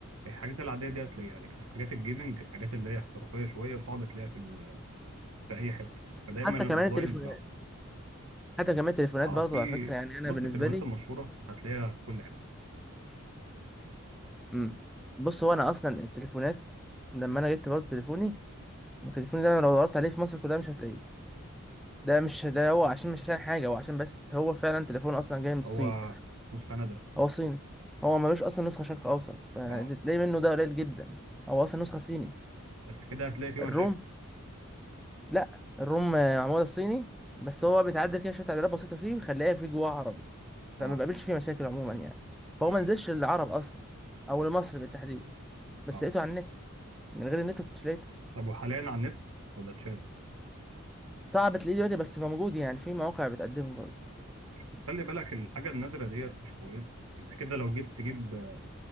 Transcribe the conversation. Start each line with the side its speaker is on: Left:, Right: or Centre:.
Right: الحاجات العاديه دي هتلاقيها لكن حاجات الجيمنج الحاجات اللي هي احترافيه شويه صعب تلاقيها في ال... في اي حته فدايما
Centre: حتى
Right: الاونلاين
Centre: كمان التليفون
Right: بيبقى احسن
Centre: حتى كمان التليفونات
Right: اه
Centre: برضه
Right: في
Centre: على فكرة يعني أنا
Right: بص
Centre: بالنسبة
Right: التليفونات
Centre: لي
Right: المشهوره هتلاقيها في كل حته
Centre: امم بص هو أنا أصلا التليفونات لما أنا جبت برضه تليفوني تليفوني ده أنا لو دورت عليه في مصر كلها مش هتلاقيه ده مش ده هو عشان مش عشان حاجة هو عشان بس هو فعلا تليفون أصلا جاي من الصين
Right: هو نسخه نادره
Centre: هو صيني هو ملوش أصلا نسخة شرق أوسط فاللي
Right: اه
Centre: تلاقيه منه ده قليل جدا هو أصلا نسخة صيني
Right: بس كده هتلاقي فيه
Centre: الروم
Right: مشاكل
Centre: لأ الروم آه، معمولة صيني بس هو بيتعدل كده شوية تعديلات بسيطة فيه ويخليها فيه جواه عربي
Right: اه
Centre: فما بقابلش فيه مشاكل عموما يعني فهو
Right: تمام
Centre: منزلش للعرب أصلا أو لمصر بالتحديد بس
Right: اه
Centre: لقيته على النت من غير النت كنت لقيته
Right: طب وحاليا على النت ولا اتشال
Centre: صعب تلاقيه دلوقتي بس موجود يعني في مواقع بتقدمه برضه
Right: بس خلي بالك الحاجة النادرة ديت مش كويسة انت كده لو جيت تجيب آه،